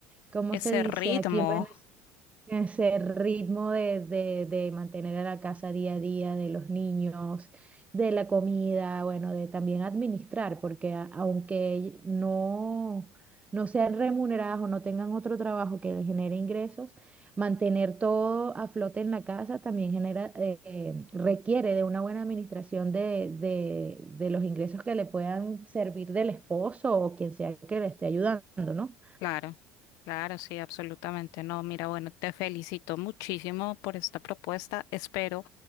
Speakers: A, on the right; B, on the left.
A: ¿cómo
B: ese
A: se dice
B: ritmo,
A: aquí en Venezuela? ese ritmo de, de, de mantener a la casa día a día, de los niños, de la comida, bueno, de también administrar, porque a- aunque no, no sean remuneradas o no tengan otro trabajo que les genere ingresos, mantener todo a flote en la casa también genera, eh, eh, requiere de una buena administración de, de, de los ingresos que le puedan servir del esposo o quien sea que le esté ayudando, ¿no?
B: claro, claro, sí, absolutamente. No, mira, bueno, te felicito muchísimo por esta propuesta. Espero